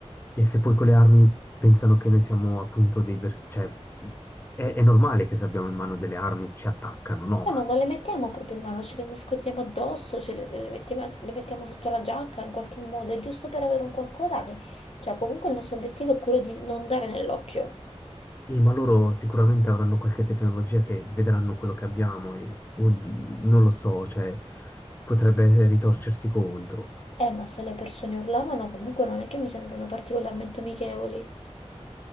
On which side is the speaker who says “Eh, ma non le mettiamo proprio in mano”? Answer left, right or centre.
Left